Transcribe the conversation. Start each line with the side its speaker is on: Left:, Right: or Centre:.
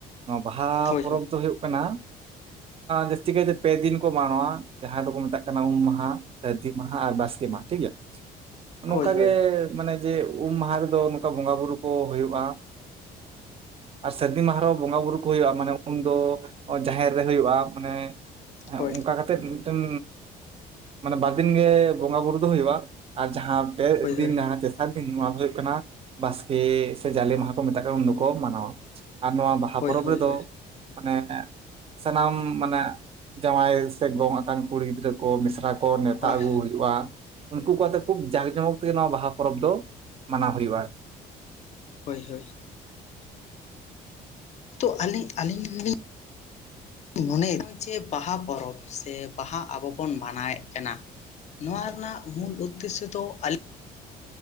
Right: ᱱᱚᱣᱟ ᱵᱟᱦᱟ
Left: ᱦᱳᱭ
Right: ᱯᱚᱨᱚᱵᱽ ᱫᱚ ᱦᱩᱭᱩᱜ ᱠᱟᱱᱟ ᱡᱟᱹᱥᱛᱤ ᱠᱟᱭᱛᱮ ᱯᱮ ᱫᱤᱱ ᱠᱚ ᱢᱟᱱᱟᱣᱟ᱾ ᱡᱟᱦᱟᱸ ᱫᱚᱠᱚ ᱢᱮᱛᱟᱜ ᱠᱟᱱᱟ ᱩᱢ ᱢᱟᱦᱟ, ᱥᱟᱹᱨᱫᱤ ᱢᱟᱦᱟ ᱟᱨ ᱵᱟᱥᱠᱮ ᱢᱟ ᱴᱷᱤᱠᱜᱮᱭᱟ᱾ ᱱᱚᱝᱠᱟ
Left: ᱦᱳᱭ ᱦᱳᱭ
Right: ᱜᱮ ᱢᱟᱱᱮ ᱡᱮ ᱩᱢ ᱢᱟᱦᱟ ᱨᱮᱫᱚ ᱱᱚᱝᱠᱟ ᱵᱚᱸᱜᱟ ᱵᱩᱨᱩ ᱠᱚ ᱦᱩᱭᱩᱜ <unintelligible> ᱟ ᱟᱨ ᱥᱟᱹᱨᱫᱤ ᱢᱟᱦᱟ ᱨᱮᱦᱚᱸ ᱵᱚᱸᱜᱟ ᱵᱩᱨᱩ ᱠᱚ ᱦᱩᱭᱩᱜᱼᱟ᱾ ᱢᱟᱱᱮ ᱩᱱᱫᱚ ᱱᱚᱜ-ᱚᱭ ᱡᱟᱦᱮᱨ ᱦᱩᱭᱩᱜᱼᱟ, ᱢᱟᱱᱮ ᱚᱱᱠᱟ
Left: ᱦᱳᱭ
Right: ᱠᱟᱛᱮ ᱛᱮᱫ ᱢᱤᱫᱴᱮᱱ ᱢᱟᱱᱮ ᱵᱟᱨ ᱫᱤᱱ ᱜᱮ ᱵᱚᱸᱜᱟ ᱵᱩᱨᱩ ᱫᱚ ᱦᱩᱭᱩᱜᱼᱟ ᱟᱨ ᱡᱟᱦᱟᱸ ᱯᱮ
Left: ᱦᱳᱭ
Right: ᱫᱤᱱ
Left: ᱦᱳᱭ
Right: ᱱᱟ <unintelligible> ᱟᱨ ᱫᱤᱱ ᱱᱚᱣᱟ ᱫᱚ ᱦᱩᱭᱩᱜ ᱠᱟᱱᱟ ᱵᱟᱥᱠᱮ ᱥᱮ ᱡᱟᱞᱮ ᱢᱟᱦᱟ ᱠᱚ ᱢᱮᱛᱟᱜ ᱠᱟᱱᱟ᱾ ᱩᱱ ᱫᱚᱠᱚ ᱢᱟᱱᱟᱣᱟ ᱟᱨ ᱱᱚᱣᱟ ᱵᱟᱦᱟ
Left: ᱦᱳᱭ
Right: ᱵᱟᱦᱟ ᱯᱚᱨᱚᱵᱽ
Left: ᱦᱳᱭ ᱦᱳᱭ ᱦᱳᱭ
Right: ᱨᱮᱫᱚ ᱢᱟᱱᱮ ᱥᱟᱱᱟᱢ ᱢᱟᱱᱮ ᱡᱟᱶᱟᱭ ᱥᱮ ᱜᱚᱝ ᱟᱠᱟᱱ ᱠᱩᱲᱤ ᱜᱤᱫᱽᱨᱟᱹ ᱠᱚ ᱢᱤᱥᱨᱟ ᱠᱚ ᱱᱮᱣᱛᱟ
Left: ᱦᱳᱭ
Right: ᱟᱹᱜᱩ ᱦᱩᱭᱩᱜᱼᱟ᱾ ᱩᱱᱠᱩ ᱠᱚ ᱟᱛᱮ ᱠᱷᱩᱵ ᱡᱟᱸᱠ ᱡᱚᱢᱚᱠ ᱛᱮᱜᱮ ᱱᱚᱣᱟ ᱵᱟᱦᱟ ᱯᱚᱨᱚᱵᱽ ᱫᱚ ᱢᱟᱱᱟᱣ ᱦᱩᱭᱩᱜᱼᱟ ᱟᱨᱠᱤ᱾
Left: ᱦᱳᱭ ᱦᱳᱭ ᱛᱚ ᱟᱹᱞᱤᱧ ᱟᱹᱞᱤᱧ ᱞᱤᱧ ᱢᱚᱱᱮᱭᱮᱫᱟ, ᱱᱚᱜ-ᱚᱭ ᱡᱮ ᱵᱟᱦᱟ ᱯᱚᱨᱚᱵᱽ ᱥᱮ ᱵᱟᱦᱟ ᱟᱵᱚ ᱵᱚᱱ ᱢᱟᱱᱟᱣᱮᱫ ᱠᱟᱱᱟ᱾ ᱱᱚᱣᱟ ᱨᱮᱱᱟᱜ ᱢᱩᱞ ᱩᱫᱽᱫᱮᱥᱥᱚ ᱫᱚ ᱟᱞᱤ